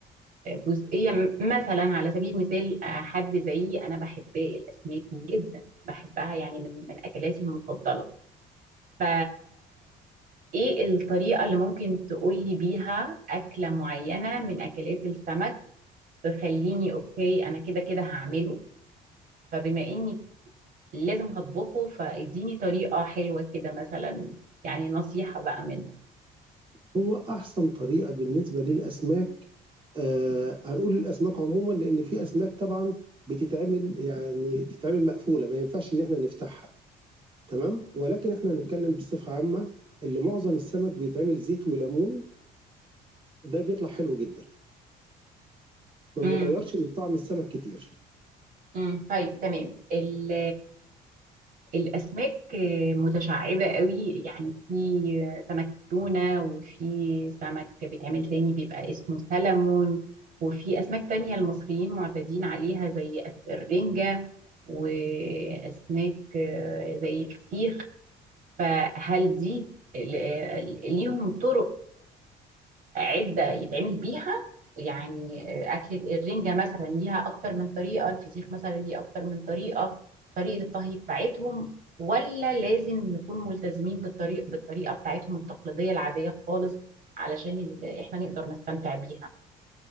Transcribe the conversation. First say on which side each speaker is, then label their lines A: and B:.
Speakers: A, on the right; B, on the right.
A: جزئية م- مثلا على سبيل المثال آه، حد زيي انا بحب الاسماك جدا بحبها يعني من من اكلاتي المفضلة ف ايه الطريقة اللي ممكن تقولي بيها اكلة معينة من اكلات السمك تخليني اوكي انا كده كده هعمله فبما اني لازم هطبخه فاديني طريقة حلوة كده مثلا يعني نصيحة بقى منك
B: هو احسن طريقه بالنسبه للاسماك آه هنقول الاسماك عموما لان في اسماك طبعا بتتعمل يعني تتعمل مقفوله ما ينفعش ان احنا نفتحها تمام ولكن احنا هنتكلم بصفه عامه اللي معظم السمك بيتعمل زيت وليمون ده بيطلع حلو جدا ما
A: امم
B: بيغيرش من طعم السمك كتير
A: امم طيب تمام ال الأسماك آه، متشعبة قوي يعني في سمك التونة وفي سمك بيتعمل تاني بيبقى اسمه سلمون وفي أسماك تانية المصريين معتادين عليها زي أس- الرنجة وأسماك آه، زي الفسيخ فهل دي ال- ال- ليهم طرق عدة يتعمل بيها يعني أكلة الرنجة مثلا ليها أكتر من طريقة الفسيخ مثلا ليه أكتر من طريقة طريقة الطهي بتاعتهم ولا لازم نكون ملتزمين بالطريق بالطريقة بتاعتهم التقليدية العادية خالص علشان ال- إحنا نقدر نستمتع بيها